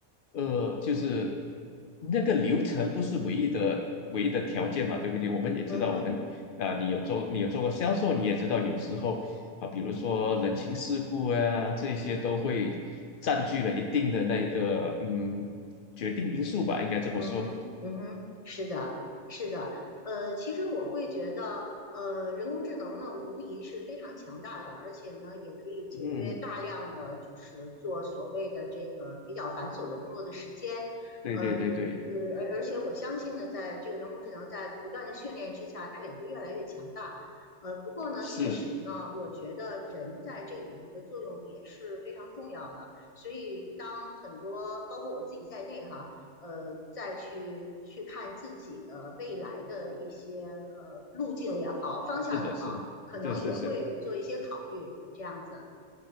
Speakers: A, on the left (about 70°); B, on the left (about 25°).
A: 呃，就是那个流程不是唯一的唯一的条件嘛，对不对？我们也知道，
B: 嗯哼。
A: 我们啊，你有做你有做过销售，你也知道有时候啊，比如说人情世故啊，这些都会占据了一定的那个嗯决定因素吧，应该这么说。
B: 嗯哼，嗯哼，是的，是的，呃，其实我会觉得，呃，人工智能呢，无疑是非常强大的，而且呢，也可以节约大量的就是做所谓的这个比较繁琐的工作的时间，
A: 嗯，对对对对，
B: 呃，呃，而而且我相信呢，在这个人工智能在不断的训练之下，它也会越来越强大。呃，不过呢，
A: 是
B: 确实呢，我觉得人在这里头的作用也是非常重要的，所以当很多包括我自己在内哈。呃，再去去看自己的未来的一些呃路径也好，方向也好，
A: 是的是，
B: 可能也会做一些考虑，
A: 是是是。
B: 这样子。